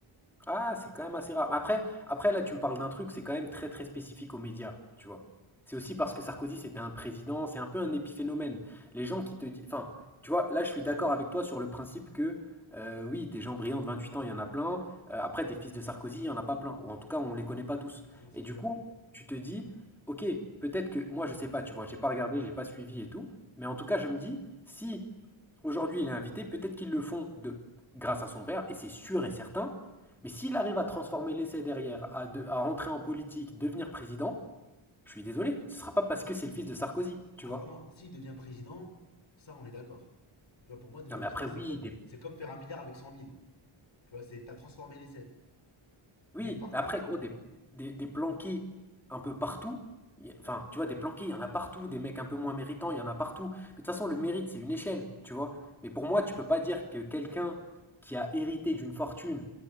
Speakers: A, in the centre; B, on the left.
A: Ah, c'est quand même assez rare. Après, après là, tu me parles d'un truc, c'est quand même très très spécifique aux médias, tu vois. C'est aussi parce que Sarkozy, c'était un président, c'est un peu un épiphénomène. Les gens qui te disent... Enfin, tu vois, là, je suis d'accord avec toi sur le principe que, euh, oui, des gens brillants de 28 ans, il y en a plein. Euh, après, des fils de Sarkozy, il n'y en a pas plein. Ou en tout cas, on ne les connaît pas tous.
B: Ah non, c'est
A: Et
B: sûr.
A: du coup, tu te dis, ok, peut-être que... Moi, je sais pas, tu vois, j'ai pas regardé, j'ai pas suivi et tout. Mais en tout cas, je me dis, si aujourd'hui il est invité, peut-être qu'ils le font de grâce à son père, et c'est sûr et certain. Mais s'il arrive à transformer l'essai derrière, à, de- à rentrer en politique, devenir président, je suis désolé, ce ne sera pas parce que c'est le fils de Sarkozy, tu
B: Alors
A: vois.
B: non, s'il devient président, ça on est d'accord. Tu vois, pour moi, devenir
A: Non mais
B: président,
A: après oui,
B: c'est comme,
A: des
B: c'est comme faire un milliard avec cent mille Tu vois, c'est, t'as transformé l'essai. Mais
A: Oui,
B: par
A: mais
B: contre,
A: après, gros, des, des, des planqués un peu partout. y Enfin, tu vois, des planqués, il y en a partout. Des mecs un peu moins méritants, il y en a partout. Mais de toute façon, le mérite, c'est une échelle, tu vois. Mais pour moi, tu peux pas dire que quelqu'un qui a hérité d'une fortune